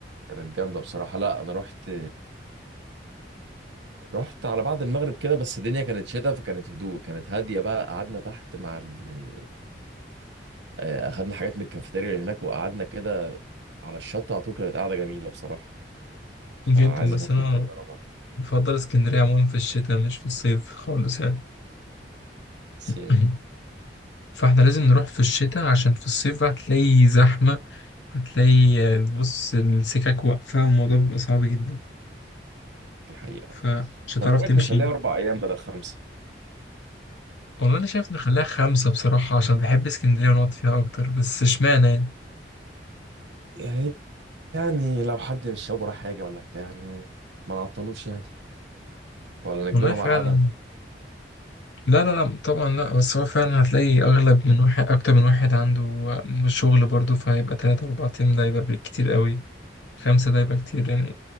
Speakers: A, on the right; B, on the left.
A: كانت جامده بصراحه لا انا رحت رحت على بعد المغرب كده بس الدنيا كانت شتاء فكانت هدوء كانت هادية بقى قعدنا تحت مع ال... آه، أخدنا حاجات من الكافيتيريا اللي هناك وقعدنا كده على الشط على طول كانت قاعدة جميلة بصراحة فعايز
B: جدا بس
A: أخدكم
B: أنا
A: كده تجربها
B: بفضل اسكندرية عموما في الشتاء مش في الصيف خالص يعني
A: بس
B: <clears throat> فاحنا لازم نروح في الشتاء عشان في الصيف بقى هتلاقي زحمة هتلاقي آه، بص السكك واقفة الموضوع بيبقى صعب جدا
A: دي حقيقة
B: فمش هتعرف
A: طب إيه رأيك
B: تمشي
A: نخليها أربع أيام بدل خمسة
B: والله أنا شايف نخليها خمسة بصراحة عشان بحب اسكندرية ونقعد فيها أكتر بس اشمعنى يعني
A: يعني يعني لو حد من الشباب وراه حاجة ولا بتاع يعني ما نعطلوش يعني ولا نجبرهم
B: والله فعلا
A: على القعدة
B: لا لا لا طبعا لا بس هو فعلا هتلاقي أغلب من واحد أكتر من واحد عنده آه، شغل برضه فهيبقى تلاتة أربعة أيام ده يبقى بالكتير قوي خمسة ده يبقى كتير يعني